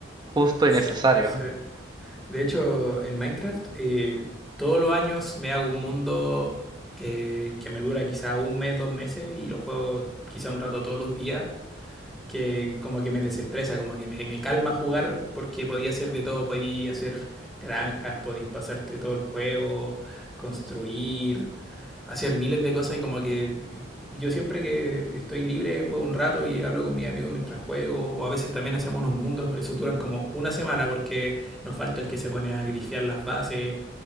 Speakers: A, on the right; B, in the centre.
A: justo
B: se-
A: y necesario.
B: se-
A: <laughs>
B: de hecho, en Minecraft, eh, todos los años me hago un mundo que, que me dura quizá un mes, dos meses y lo juego quizá un rato todos los días. que como que me desestresa, como que me, me calma jugar porque podía hacer de todo, podía hacer granjas, podéis pasarte todo el juego, construir, hacer miles de cosas y como que eh, yo siempre que estoy libre juego un rato y hablo con mis amigos mientras juego o a veces también hacemos unos mundos, eso duran como una semana porque nos falta el que se pone a grifear las bases